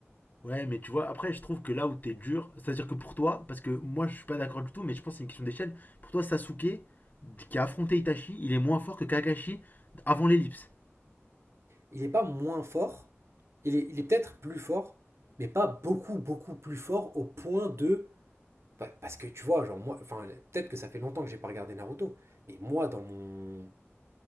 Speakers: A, on the left; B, on the right.
A: ouais, mais tu vois, après, je trouve que là où t'es dur, c'est-à-dire que pour toi, parce que moi je suis pas d'accord du tout, mais je pense que c'est une question d'échelle. Pour toi, Sasuke, qui a affronté Itachi, il est moins fort que Kakashi avant l'ellipse.
B: Il n'est pas moins fort, il est, il est peut-être plus fort, mais pas beaucoup, beaucoup plus fort au point de... bah, parce que tu vois, genre moi, enfin, peut-être que ça fait longtemps que j'ai pas regardé Naruto, mais moi, dans mon...